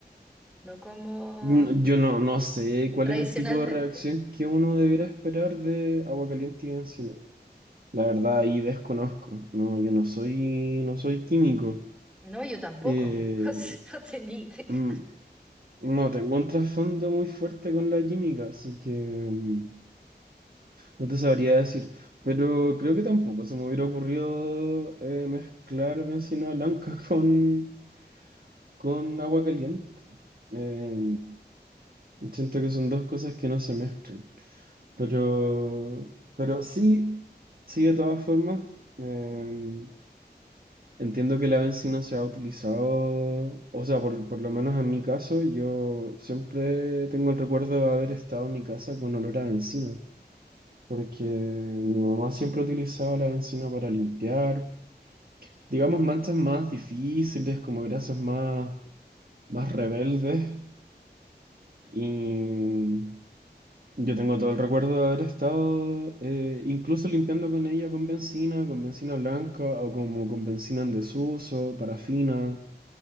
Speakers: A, in the centre; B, on the right (about 55°).
A: no como
B: No, Yo no, no sé cuál
A: tradicionalmente.
B: es el tipo de reacción que uno debería esperar de agua caliente y encina. La verdad, ahí desconozco. No, yo no soy, no soy químico.
A: No, yo tampoco.
B: Eh,
A: <laughs> O sea, No tenía idea.
B: mm, No tengo un trasfondo muy fuerte con la química, así que mm, no te sabría decir. Pero creo que tampoco se me hubiera ocurrido eh, mezclar bencina blanca <laughs> con, con agua caliente. Eh, siento que son dos cosas que no se mezclan. Pero, pero sí, sí, de todas formas. eh, Entiendo que la benzina se ha utilizado, o sea, por, por lo menos en mi caso, yo siempre tengo el recuerdo de haber estado en mi casa con olor a benzina, porque mi mamá siempre utilizaba la benzina para limpiar, digamos, manchas más difíciles, como grasas más, más rebeldes, y yo tengo todo el recuerdo de haber estado eh, incluso limpiando con ella con benzina, con benzina blanca o como con benzina en desuso, parafina.